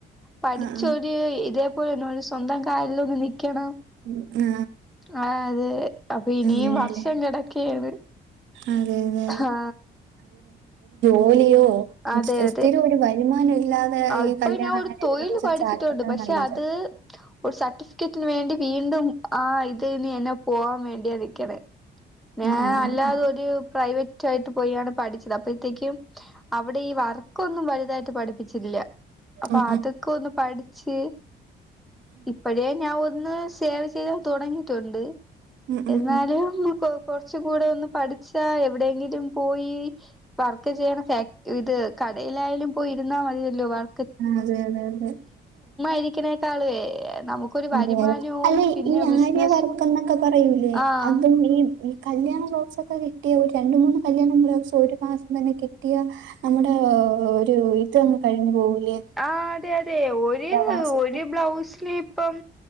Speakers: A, in the centre; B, on the right.
A: പഠിച്ചൊര്
B: ആ ആ
A: ഇത് <unintelligible> സ്വന്തം കാലിൽ ഒന്ന് നിൽക്കണം.
B: ഉം, ആ
A: ആ, അതെ അപ്പൊ ഇനിയും
B: അങ്ങനെയല്ലേ
A: വർഷം കിടക്കയാണ്,
B: അതെ അതെ
A: ആ
B: ഓഴിവോ
A: അതെ അതെ
B: സ്ഥിരം ഒരു വരുമാനം ഇല്ലാതെ ഈ
A: ഇപ്പൊ
B: കല്യാണം
A: ഞാൻ ഒരു
B: അങ്ങനെ
A: തൊഴിൽ
B: ഇതിനൊന്നും വെച്ചാൽ
A: പഠിച്ചിട്ടുണ്ട്
B: ചാടിപ്പെട്ടത്
A: പക്ഷെ
B: നല്ലത്
A: അത് ഒരു സർട്ടിഫിക്കറ്റിന് വേണ്ടി വീണ്ടും ആ ഇത് ഇനി എന്നെ പോവാൻ വേണ്ടിയാ നിക്കണെ. ഞാൻ
B: ആ ആ ആ
A: അല്ലാതെൊരു
B: ആ.
A: പ്രൈവറ്റ് ഉറ്റായിട്ട് പോയിയാണ് പഠിച്ചത് അപ്പോഴത്തേക്കും അവിടെ ഈ വർക്ക് ഒന്നും വലുതായിട്ട് പഠിപ്പിക്ക ഇല്ല, അപ്പൊ
B: ഉം
A: അതൊക്കെ
B: ഉം
A: ഒന്ന് പഠി പക്ഷേ ഇപ്പഴേ <unintelligible> എന്നാ സേവ് ചെയ്യാൻ തുടങ്ങിയിട്ടുണ്ട്
B: ഉം ഉം
A: എന്നാലും
B: ഉം.
A: കുറ കുറച്ചും കൂടെ ഒന്ന് പഠിച്ചാ എവിടെയെങ്കിലും പോയി വർക്ക് ചെയ്യണ ഫാക്ട് ഇത് കടയിലായാലും പോയി ഇരുന്നാ മതിയല്ലോ ബാക്കി
B: അതെ, അതെ
A: ഇരിക്കണേക്കാളുവേ നമുക്കൊരു വരുമാനവും
B: അതെതെ, അല്ലെ
A: പിന്നെ
B: ഈ
A: ബിസിനസും
B: ആര്യവർക്ക് എന്നൊക്കെ പറയൂലേ
A: ആഹ്
B: അതും ഈ ഈ കല്യാണ കിട്ടിയ, ഒരു രണ്ട മൂന്ന് കല്യാണ ബ്ലൗസ് ഒരു മാസം തന്നെ കിട്ടിയ നമ്മുടെ ഒരു ഇത്ങ്ങ് കഴിഞ്ഞു പോകൂ ലെ
A: ആ അതെ അതെ ഒരു
B: മാസത്തെ
A: ഒരു ബ്ലൗസ് ലീ് ഇപ്പം